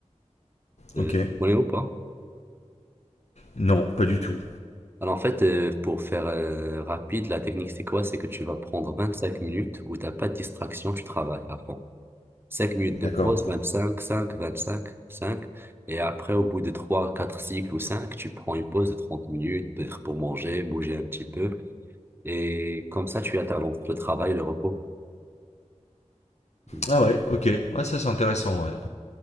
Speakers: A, on the right (about 20°); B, on the left (about 65°).
A: Euh,
B: ok.
A: tu connais ou pas?
B: Non, pas du tout.
A: Alors en fait, euh, pour faire euh, rapide, la technique c'est quoi? C'est que tu vas prendre 25 minutes où t'as pas de distraction, tu travailles à fond. cinq minutes de
B: D'accord.
A: pause, vingt-cinq cinq vingt-cinq cinq Et après, au bout de 3 4 cycles ou 5 tu prends une pause de 30 minutes, peut-être pour manger, bouger un petit peu. Et comme ça, tu alternes entre le travail et le repos. Ouais.
B: Ah ouais, ok. Ouais, ça c'est intéressant. ouais.